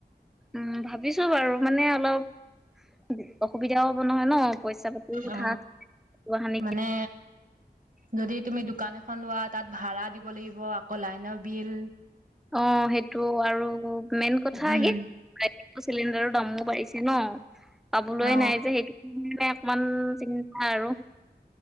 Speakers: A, in the centre; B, on the right.
A: উম ভাবিছো বাৰু মানে অলপ <unintelligible> অসুবিধাও হ'ব নহয় ন পইচা পাতিও কথা
B: অ
A: হানি
B: মানে যদি তুমি দোকান এখন এখন লোৱা তাত ভাড়া দিব লাগিব আকৌ লাইনৰ বিল
A: অ সেইটো আৰু মেইন কথা
B: উম
A: কি চিলিণ্ডাৰৰ দামো বাঢ়িছে। ন পাবলৈ
B: অ
A: নাই যে সেইটো কাৰণে অকনমান চিন্তা আৰু